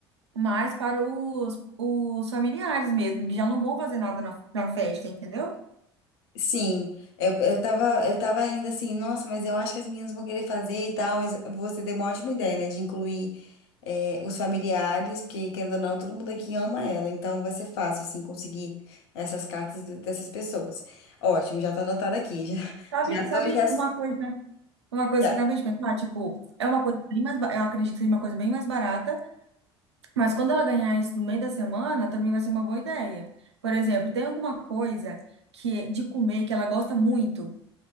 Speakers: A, on the right (about 85°); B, on the left (about 70°).
A: mais para os, os familiares mesmo, que já não vão fazer nada na, na festa, entendeu?
B: Sim. Eu, eu tava, eu tava ainda assim, nossa, mas eu acho que as meninas vão querer fazer e tal, mas você deu uma ótima ideia, né, de incluir é, os familiares, porque querendo ou não, todo mundo aqui ama ela, então vai ser fácil, assim, conseguir essas cartas de- dessas pessoas. Ótimo, já tá anotado aqui, já, <laughs>
A: Sabe,
B: já tô,
A: sabe
B: já,
A: uma coisa? Uma coisa
B: já,
A: que eu acabei de pensar, tipo, é uma coisa bem mais, ba- eu acredito que seja uma coisa bem mais barata, mas quando ela ganhar isso no meio da semana, também vai ser uma boa ideia. Por exemplo, tem alguma coisa que é de comer que ela gosta muito?